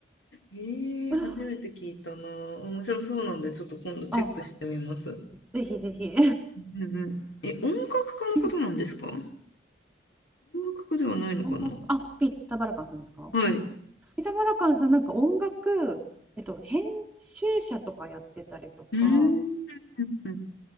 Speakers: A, on the left; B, in the centre.
A: ー、
B: <laughs>
A: 初めて聞いたな。面白そうなんで、ちょっと今度チェックしてみます。
B: あ、
A: う
B: ぜひぜひ。
A: んうんうん。え、音楽家の方なんですか音
B: <laughs>
A: 楽家ではないのかな
B: 音楽、あ、ピッタ・バラカンさんですか
A: はい。
B: ピッタ・バラカンさん、なんか音楽、えっと、編集者とかやってたりとか、
A: うーん、うんうん